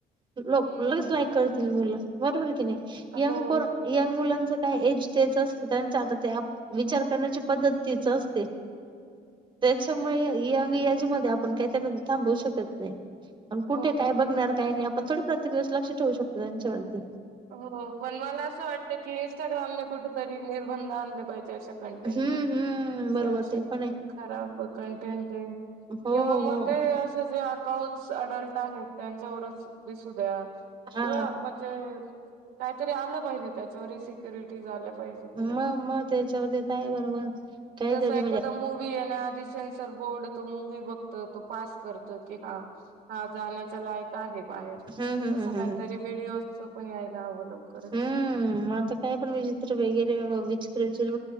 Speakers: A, on the right; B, on the right.
A: ल
B: हम्म
A: लगेच लाईक करतील मुलं बरोबर की नाही यंग
B: हो
A: प यंग मुलांच काय एज तेच असत त्यांचा आता ते विचार करण्याची पद्धतीच असते त्याच्यामुळे अंग याजमध्येध्ये आपण काही त्यांना थांबवू शकत नाही पण कुठे
B: हो
A: काय
B: पण
A: बघणार काय नाही आपण थोडी प्रत्येकवस लक्ष ठेवू शकतो त्यांच्यावरती
B: हो पण मला असं वाटत की इनस्टा ्राम कुठेतरी निर्बंध आणले पाहिजे अशा कंटेंट
A: हम्म
B: व
A: हम्म बरोबर
B: जे अस
A: ते पण आहे
B: खराब कंटेंट आहे
A: हो
B: किंवा
A: हो
B: मग ते असं जे अकाउंट्स अडल्ट आहेत त्यांच्यावरच दिसू द्या
A: हा
B: किंवा म्हणजे काहीतरी आलं पाहिजे त्याच्यावरही सिक्युरिटी झाल्या
A: मग मग त्याच्यावर ते काय बरोबर काहीतरी
B: जसा
A: म्हणजे
B: एखाद्या मोठी येण्याआधीच सेन्सर बोर्ड तो मुूवी बघत तो पास करत की हा हा जाण्याच्या लाक बाहेर
A: हम्म हम्म
B: तस
A: हम्म
B: काहीतरी
A: हम्म
B: व्हिडओ पण हवं लवकरच
A: हम्म आता काय पण विचित्र वगैरे विचित्र विचार